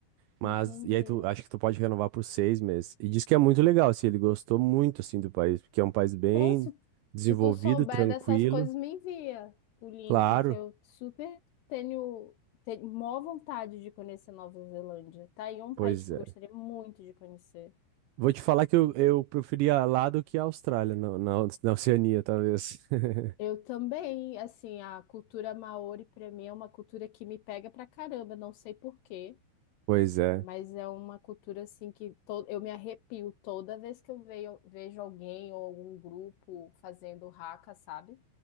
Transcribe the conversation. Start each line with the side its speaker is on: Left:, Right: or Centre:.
Right: Mas,
Left: entendi.
Right: e aí tu, acho que tu pode renovar por seis meses. E diz que é muito legal, assim, ele gostou muito, assim, do país, porque é um país bem
Left: Pô, se,
Right: desenvolvido,
Left: se tu souber
Right: tranquilo,
Left: dessas coisas, me envia o link
Right: claro,
Left: que eu super tenho, tenho maior vontade de conhecer Nova Zelândia. Tá aí um
Right: pois
Left: país que
Right: é.
Left: eu gostaria muito de conhecer.
Right: Vou te falar que eu, eu preferia lá do que a Austrália, na, na, na Oceania, talvez. <laughs>
Left: Eu também, assim, a cultura maori para mim é uma cultura que me pega pra caramba, não sei por quê,
Right: Pois é.
Left: mas é uma cultura assim que to- eu me arrepio toda vez que eu veio- vejo alguém ou algum grupo fazendo haka, sabe?